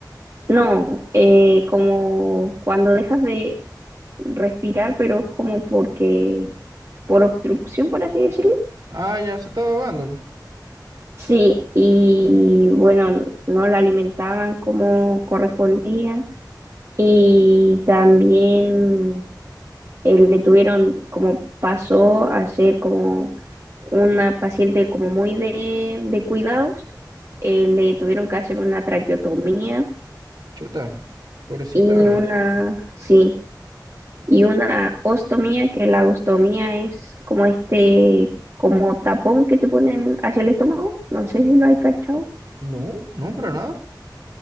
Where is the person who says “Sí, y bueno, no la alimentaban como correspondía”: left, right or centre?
Right